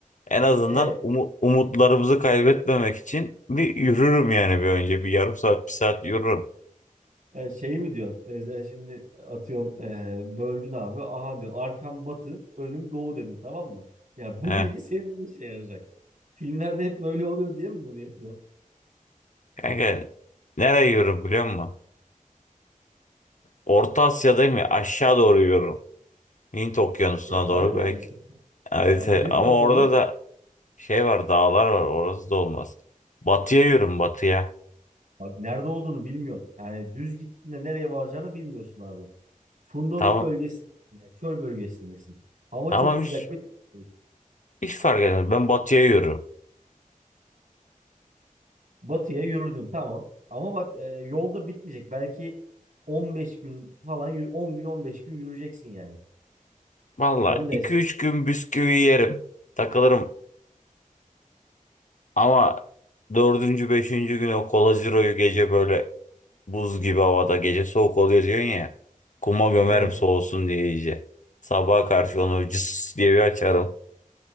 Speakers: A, on the left; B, on the right.
A: en azından
B: E,
A: umu- umutlarımızı kaybetmemek için bir yürürüm yani bir önce. Bir yarım saat bir saat yürürüm.
B: e, şey mi diyorsun? Mesela şimdi atıyorum e, böldün abi. Aha diyorsun arkam batı, önüm doğu dedin tamam mı? Ya bu
A: He.
B: bilgi senin ne işine yarayacak? Filmlerde hep böyle oluyor diye mi bunu yapıyorsun?
A: Kanka nereye yürürüm biliyor musun? Orta Asya'dayım ya aşağı doğru yürüyorum. Hint Okyanusu'na
B: E,
A: doğru
B: haritaya
A: belki
B: göre.
A: harita
B: Yani ne
A: ama
B: taraf oluyor?
A: orada da şey var dağlar var orası da olmaz. Batıya yürüm batıya.
B: Bak nerede olduğunu bilmiyorsun. Yani düz gittiğinde nereye varacağını bilmiyorsun abi. Fundalık
A: Tamam
B: bölgesindesin. Yani çöl bölgesindesin. Hava
A: tamam
B: çok sıcak
A: hiç,
B: ve çok soğuk.
A: hiç fark etmez ben batıya yürürüm.
B: Batıya yürüdün tamam. Ama bak e, yolda bitmeyecek. Belki 15 gün falan yürü- 10 gün 15 gün yürüyeceksin yani.
A: Valla
B: Onu da
A: iki
B: es-
A: üç gün bisküvi yerim takılırım ama dördüncü beşinci gün o kolaziroyu gece böyle buz gibi havada gece soğuk oluyor diyorsun ya. Kuma gömerim
B: Evet.
A: soğusun diye iyice. Sabaha karşı onu cıs diye bir açarım.